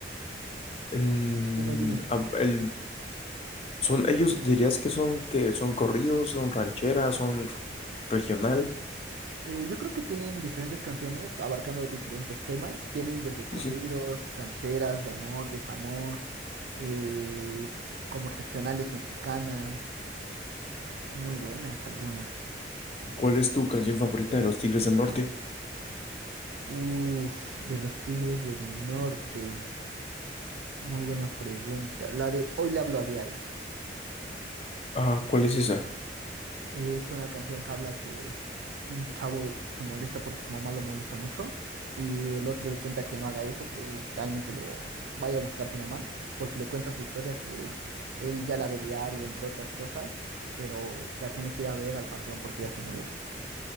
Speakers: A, on the left; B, on the right.
A: mm,
B: Dime, dime.
A: ah, el- son, ellos dirías que son que son corridos, son rancheras, son r- regional.
B: Eh, yo creo que tienen diferentes canciones abarcando diferentes temas. Tienen desde corridos,
A: Sí, sí.
B: rancheras, de amor, desamor, eh, como regionales mexicanas, muy buenas algunas.
A: ¿Y cuál es tu canción favorita de los Tigres del Norte?
B: Uf, de los Tigres del Norte. Muy buena pregunta. La de Hoy le hablo a diario.
A: Ah, ¿cuál es esa?
B: Es una canción que habla que un chavo se molesta porque su mamá lo molesta mucho y el otro le cuenta que no haga eso, que realmente lo vaya a buscar su mamá, porque le cuenta su historia que él ya la ve diario, entre otras cosas, pero la tiene que ir a ver al panteón porque ya se murió.